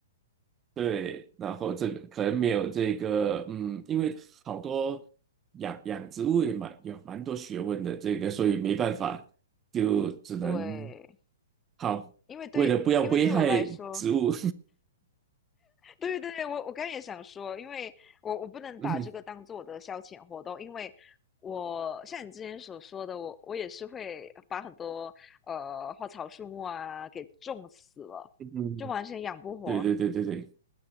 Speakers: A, on the right; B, on the left.
A: 对，然后这个可能没有这个，嗯，因为好多养养植物也蛮有蛮多学问的，这个所以没办法，就只能
B: 对，
A: 好，
B: 因为对，
A: 为了不要危害植物，
B: 因为对我来说，对对对，我我刚才也想说，因为我我不能把这个当做我的消遣活动，
A: <laughs> 嗯
B: 因为我像你之前所说的，我我也是会把很多呃花草树木啊给种死了，
A: 嗯，
B: 就完全养不活。
A: 对对对对对，